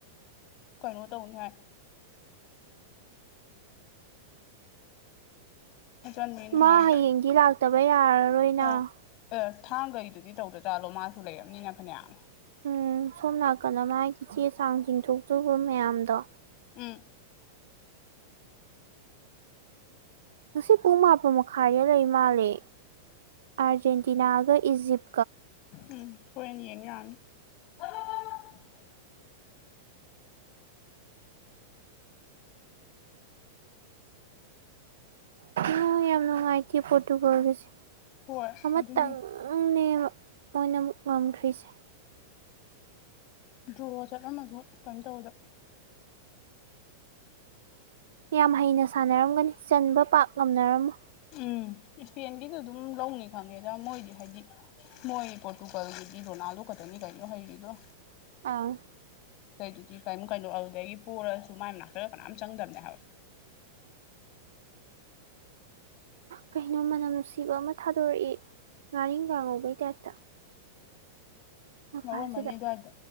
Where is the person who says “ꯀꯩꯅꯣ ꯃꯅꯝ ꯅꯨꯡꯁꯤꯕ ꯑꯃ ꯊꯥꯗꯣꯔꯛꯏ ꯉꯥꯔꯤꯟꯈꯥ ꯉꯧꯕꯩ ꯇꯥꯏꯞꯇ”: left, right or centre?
Right